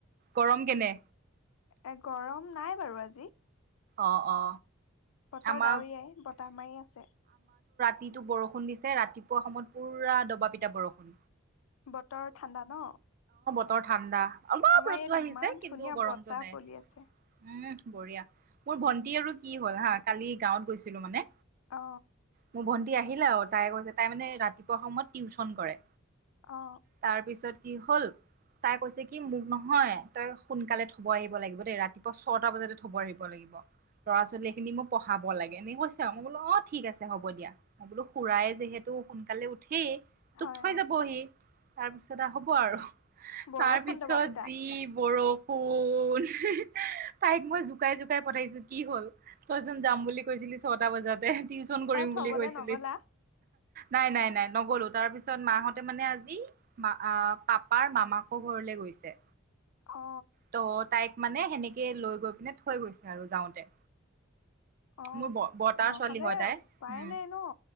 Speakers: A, on the right; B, on the left.
A: গৰম কেনে
B: এ গৰম নাই বাৰু আজি
A: অ অ
B: বতৰ
A: আমাক
B: ডাৱৰীয়াই বতাহ মাৰি আছে
A: জিটো বৰষুণ দিছে ৰাতিপুৱা সময়ত পুৰা দবা পিটা বৰষুণ
B: বতৰ ঠাণ্ডা ন
A: বৰ ঠাণ্ডা অলপ
B: আমাৰ
A: ৰ'দটো
B: ইয়াত
A: আহিছে
B: ইমান
A: কিন্তু
B: ধুনীয়া
A: গৰমতটো
B: বতাহ
A: নাই
B: বলি আছে
A: উম বঢ়িয়া মোৰ ভন্টি আৰু কি হ'ল হা কালি গাঁৱত গৈছিলো মানে
B: অ
A: মোৰ ভন্টি আহিলে আও তাই কৈছে তাই মানে ৰাতিপুৱা সময়ত টিউচন কৰে
B: অ
A: তাৰপিছত কি হ'ল তাই কৈছে কি মোক নহয় তই সোনকালে থব আহিব লাগিব দেই ৰাতিপুৱা ছটা বজাতে থব আহিব লাগিব ল'ৰা ছোৱালীখিনি মোক পঢ়াব লাগে এনে কৈছ আও মই বোলো অ ঠিক আছে হ'ব দিয়া মই বোলো খুৰাই যিহেতু সোনকালে উঠেই তোক
B: হয়
A: থৈ
B: অ।
A: যাবহি তাৰপিছতে হ'ব আৰু
B: বৰষুণ
A: তাৰ পিছত
B: দবা পিটা
A: যি বৰষুণ তাইক মই জু জুকাই জুকাই পঠাইছো কি হ'ল তইচোন যাম বুলি কৈছিলি ছটা বজাতে টিউন কৰিম
B: অ থবলে
A: বুলি কৈছিলি
B: নগলা
A: নাই নাই নাই নগলো তাৰপিছ পিছত মাহঁতে মানে আজি মা আ পাপাৰ মামাকৰ ঘৰলে গৈছে
B: অ
A: ত তাইক মানে সেনেকে লৈ গৈ পিনে থৈ গৈছে আৰু যাওঁতে
B: অ'
A: মোৰ ব বৰ্তাৰ
B: নহ'লে
A: ছোৱালী হয় তাই
B: উপায়
A: উম
B: নাই ন